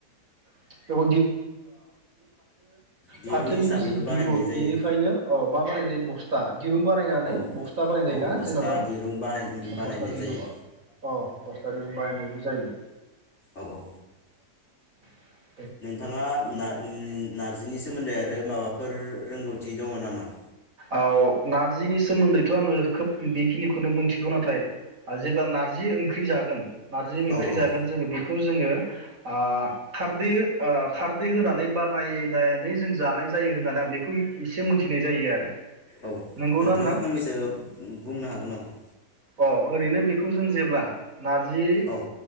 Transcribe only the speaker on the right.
<inaudible> थो
फाथोनिफ्राय
जि बिगुर
बेनिफ्रायनो औ मा बानाय जायो बस्था दिरुं बानायनानै
बस्था बानाय जायो
ना
जेन'बा
बस्था दिरुं
अ औ बस्था दिरुं बानायनाय ज जायो
<unintelligible> दङ'
औ नारजिनि सोमोन्दैथ' आङो खोब बेखिनिखौनो मिनथिगौ नाथाय आ जेब्ला नारजि ओंख्रि जागोन नारजि ओंख्रि
जागोन जोङो बेख खौ जोङो ओ खारदै हो ओ खारदै होनानै बानायनानै जों जानाय जायो होननानै आं बेखौ एसे मोनथिनाय जायो आरो
नंगौना
नोंथां
अ ओरैनो बेखौ जों जेब्ला नारजि